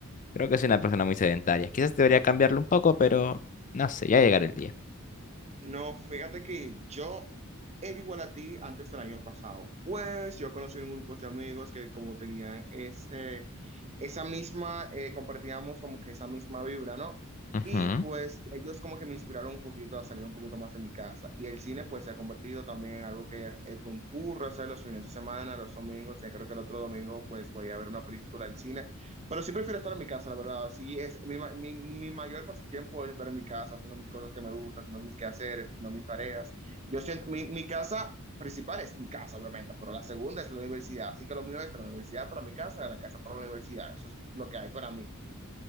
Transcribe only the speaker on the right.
No, fíjate que yo era igual a ti antes del año pasado. Pues yo conocí un grupo de amigos que como tenían ese, esa misma, eh, compartíamos como que esa misma vibra, ¿no?
Y pues ellos como que me inspiraron un poquito a salir un poquito más de mi casa. Y el cine pues se ha convertido también en algo que eh, concurre, o sea, los fines de semana, los domingos, ya creo que el otro domingo pues voy a ver una película al cine. Pero sí prefiero estar en mi casa, la verdad. Sí, es mi, ma- mi, mi mayor pasatiempo es estar en mi casa, haciendo mis cosas que me gustan, haciendo mis quehaceres, haciendo mis tareas. Yo siento, mi, mi casa principal es mi casa, obviamente, pero la segunda es la universidad. Así que lo mío es la universidad para mi casa, de la casa para la universidad. Eso es lo que hay para mí.